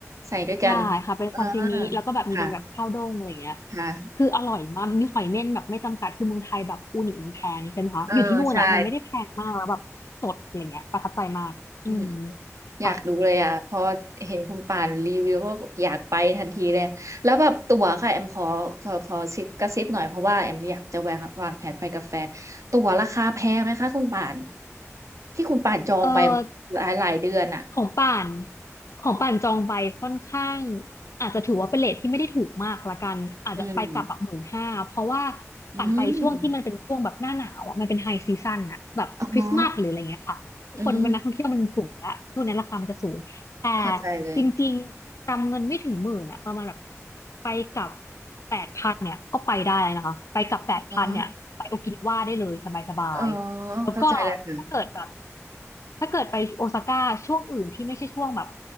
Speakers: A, on the right; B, on the left.
A: ใส่ด้วยกัน
B: ใช่ค่ะเป็นซาซิมิแล้วก็แบบมีเป็นแบบข้าวด้งอะไรเงี้ย
A: อ่าค่ะค่ะ
B: คืออร่อยมากมีหอยเม่นแบบไม่จำกัดคือเมืองไทยแบบอูนิมันแพงใช่ไหมคะอยู่ที่นู่นอ่ะมันไม่ได้แพงมากแล้วแบบสดอะไรเงี้ยประทับใจมากอืม
A: เออใช่อืมอยากดูเลยอ่ะพอเห็นคุณป่านรีวิวแล้วบอกอยากไปทันทีเลยแล้วแบบตั๋วค่ะแอมขอขอขอซิปกระซิบหน่อยเพราะว่าแอมอยากจะวางวางแผนไปกับแฟนตั๋วราคาแพงไหมคะคุณป่าน
B: ค่ะ
A: ที่คุณป่านจองไป
B: เออ
A: หลายหลายเดือนอ่ะ
B: ของป่านของป่านจองไปค่อนข้างอาจจะถือว่าเป็นเรทที่ไม่ได้ถูกมากละกันอาจจะไปกลับแบบหมื่นห้าเพราะว่า
A: อืมอืม
B: ป่านไปช่วงที่มันเป็นช่วงแบบหน้าหนาวอะมันเป็นไฮซีซั o นอะแบบคริสต์มาสหรืออะไรเงี้ยค่ะคนมันนักท่องเที่ยวมันสูงละช่วงนี้ราคามันจะสูงแต่
A: อ๋ออืมเข้าใจเลย
B: จริงๆกำเงินไม่ถึงหมื่นอะประมาณแบบไปกลับแปดพันเนี่ยก็ไปได้นะคะไปกลับแปดพันเนี่ยไปโอกินาวาได้เลยสบาย
A: อ๋อ อ๋อ
B: แล้วก็ถ้าเกิดแบบ
A: เข้าใจแล้วค่ะ
B: ถ้าเกิดไปโอซาก้าช่วงอื่นที่ไม่ใช่ช่วงแบบ